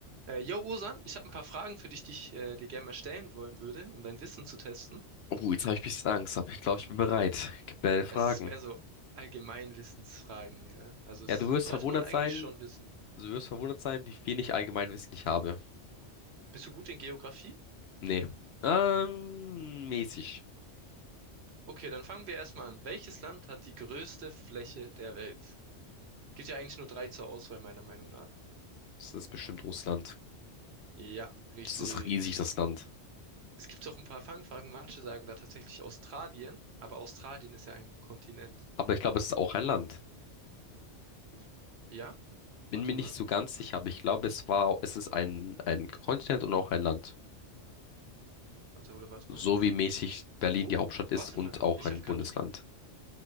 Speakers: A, on the right; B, on the left.
A: Äh, yo, Osan, ich habe ein paar Fragen für dich, die ich äh, dir gerne mal stellen wollen würde, um dein Wissen zu testen.
B: Oh, jetzt habe ich ein bisschen Angst, aber ich glaube, ich bin bereit. Gib mir deine Fragen.
A: Es ist mehr so Allgemeinwissensfragen, ja. Also es
B: Ja, du
A: sollte
B: wirst verwundert
A: man eigentlich
B: sein,
A: schon wissen.
B: du wirst verwundert sein, wie viel ich Allgemeinwissen ich habe.
A: Bist du gut in Geografie?
B: Nee. Ähm, mäßig.
A: Okay, dann fangen wir erstmal an. Welches Land hat die größte Fläche der Welt? Gibt ja eigentlich nur drei zur Auswahl, meiner Meinung nach.
B: Das ist bestimmt Russland.
A: Ja, richtig.
B: Das ist riesig, das Land.
A: Es gibt auch ein paar Fangfragen. Manche sagen da tatsächlich Australien, aber Australien ist ja ein Kontinent.
B: Aber ich glaube, es ist auch ein Land.
A: W- Ja?
B: Bin
A: Warte
B: mir nicht
A: mal.
B: so ganz sicher, aber ich glaube, es war, es ist ein, ein Kontinent und auch ein Land.
A: Warte, oder warte
B: So
A: mal.
B: wie mäßig Berlin
A: Oh,
B: die Hauptstadt ist
A: warte
B: und
A: mal.
B: auch
A: Ich
B: ein
A: habe gerade
B: Bundesland.